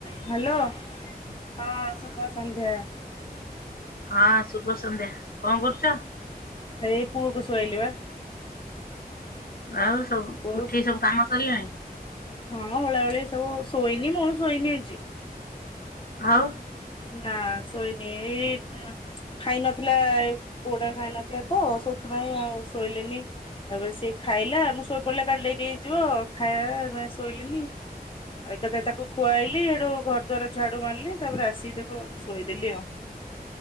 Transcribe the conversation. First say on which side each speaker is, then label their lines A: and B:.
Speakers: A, on the left; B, on the left.
A: Hello ହଁ ସୁଭଷ ସନ୍ଧ୍ୟା।
B: ହଁ ଶୁଭ ସନ୍ଧ୍ୟା କଣ କରୁଛ?
A: ଏଇ ପୁଅକୁ ଶୁଆଇଲି ବା।
B: ଆଉ ସବୁ
A: ପୁଅକୁ
B: ଉଠିକି
A: ଶୋ
B: ସବୁ କାମ ସରିଲାଣି?
A: ହଁ ଓଳା ହଳି ସବୁ ଶୋଇନି ମୁଁ ଶୋଇନି ଆଜି।
B: ଆଉ
A: ନା ଶୋଇ ନି ଏଇ ଖାଇ ନଥିଲା ଏ ପୁଅଟା ଖାଇ ନଥିଲା ତ ସେଥିପାଇଁ ଆଉ ଶୋଇଲିନି ତାପରେ ସିଏ ଖାଇଲା ମୁଁ ଶୋଇ ପଡିଲା କାଳେ ଲେଟ୍ ହେଇଯିବ ଖାଇବା ଶୋଇଲିନି। ଆଉ ଏକାଥରେ ତାକୁ ଖୁଆଇଲି ଏଡୁ ଘର ଦ୍ଵାର ଝାଡୁ ମାରିଲି। ତାପରେ ଆସିକି ତାକୁ ଶୋଇଦେଲି ଆଉ।